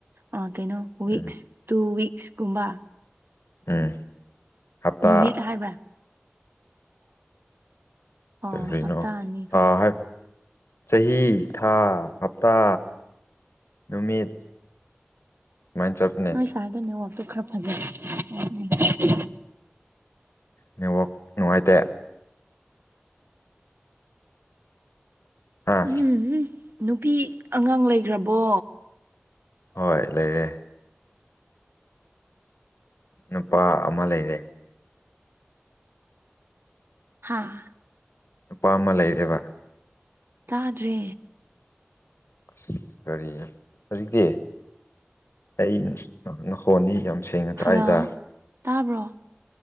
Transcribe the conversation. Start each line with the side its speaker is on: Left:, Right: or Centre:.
Right: ꯑꯥ ꯀꯩꯅꯣ ꯋꯤꯛꯁ
Left: ꯎꯝ
Right: ꯇꯨ ꯋꯤꯛꯁ ꯀꯨꯝꯕ
Left: ꯎꯝ ꯍꯞꯇꯥ
Right: ꯅꯨꯃꯤꯠ ꯍꯥꯏꯕ ꯑꯣ
Left: ꯀꯔꯤꯅꯣ
Right: ꯍꯞꯇꯥ ꯑꯅꯤꯒ
Left: ꯊꯥ ꯍꯥꯏ ꯆꯍꯤ ꯊꯥ ꯍꯞꯇꯥ ꯅꯨꯃꯤꯠ <unintelligible>
Right: ꯅꯣꯏ ꯁ꯭ꯋꯥꯏꯗꯣ ꯅꯦꯠꯋꯥꯛꯇꯣ ꯈꯔ ꯐꯖꯩ <unintelligible>
Left: ꯅꯦꯠꯋꯥꯛ ꯅꯨꯡꯉꯥꯏꯇꯦ ꯍꯥꯥ
Right: ꯎꯝ ꯎꯝ ꯅꯨꯄꯤ ꯑꯉꯥꯡ ꯂꯩꯈ꯭ꯔꯕꯣ
Left: ꯍꯣꯏ ꯂꯩꯌꯦ ꯅꯨꯄꯥ ꯑꯃ ꯂꯩꯔꯦ
Right: ꯍꯥꯥ
Left: ꯅꯨꯄꯥ ꯑꯃ ꯂꯩꯔꯦꯕ
Right: ꯇꯥꯗ꯭ꯔꯦ
Left: ꯑꯁ ꯀꯔꯤ ꯍꯧꯖꯤꯛꯇꯤ ꯑꯩ ꯅꯈꯣꯟꯗꯤ ꯌꯥꯝ ꯁꯦꯡꯅ ꯇꯥꯛꯏꯗ
Right: ꯍꯜꯂꯣ ꯇꯥꯕ꯭ꯔꯣ